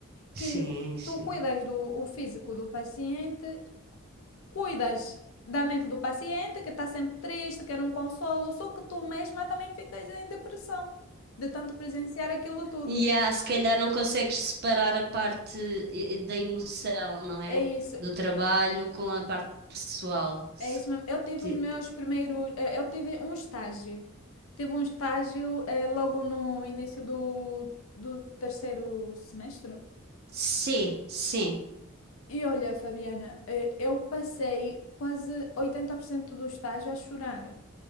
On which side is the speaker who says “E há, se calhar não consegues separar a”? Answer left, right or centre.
Right